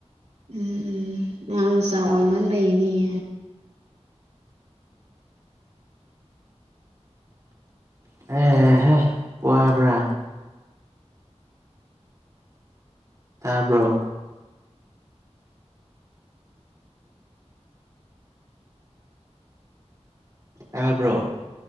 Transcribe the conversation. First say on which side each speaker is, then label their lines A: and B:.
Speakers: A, on the right; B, on the right.
A: ꯎꯝ ꯎꯝ ꯑꯉꯥꯡ ꯃꯆꯥ ꯑꯣꯏꯃꯟꯕꯅꯤꯌꯦ
B: <inaudible> ꯎꯝ ꯍꯣ ꯋꯥꯕ꯭ꯔ ꯇꯥꯕ꯭ꯔꯣ ꯇꯥꯕ꯭ꯔꯣ